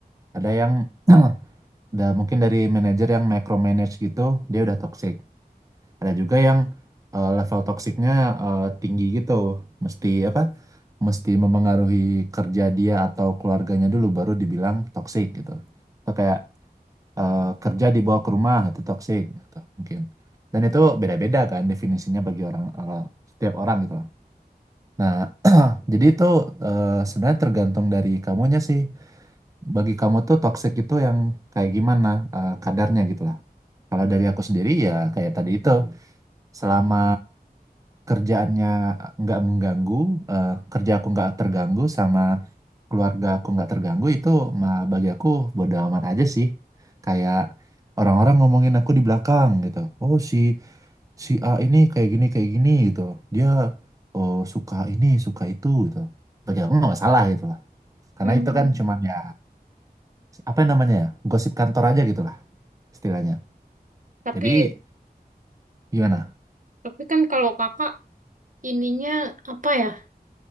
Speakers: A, on the right; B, on the right.
A: Ada yang <clears throat> da- mungkin dari manajer yang micromanage gitu dia udah toxic ada juga yang eh, level toksiknya eh, tinggi gitu mesti apa mesti memengaruhi kerja dia atau keluarganya dulu baru dibilang toxic gitu atau kayak eh, kerja dibawa ke rumah itu toxic gitu mungkin dan itu beda-beda kan definisinya bagi orang orang setiap orang gitu lah. Nah, jadi itu eh, sebenarnya tergantung dari kamunya sih. Bagi kamu tuh toxic itu yang kayak gimana eh, kadarnya gitu lah. Kalau dari aku sendiri ya kayak tadi itu, selama kerjaannya nggak mengganggu, eh, kerja aku nggak terganggu sama keluarga aku nggak terganggu itu mah bagi aku bodo amat aja sih. Kayak orang-orang ngomongin aku di belakang gitu. Oh si si A ini kayak gini kayak gini gitu. Dia oh, suka ini suka itu gitu. Bagi aku nggak masalah gitu lah. Karena
B: Hmm.
A: itu kan cuman ya apa namanya ya gosip kantor aja gitu lah istilahnya.
B: Tapi,
A: Jadi gimana?
B: tapi kan kalau kakak ininya apa ya?